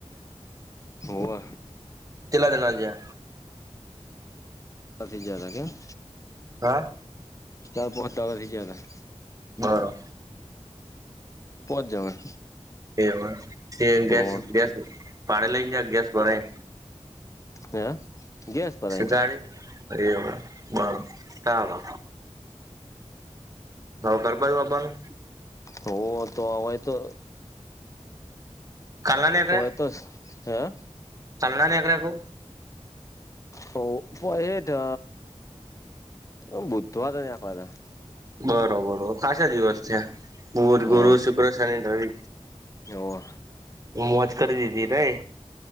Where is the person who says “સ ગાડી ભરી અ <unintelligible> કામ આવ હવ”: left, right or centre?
Right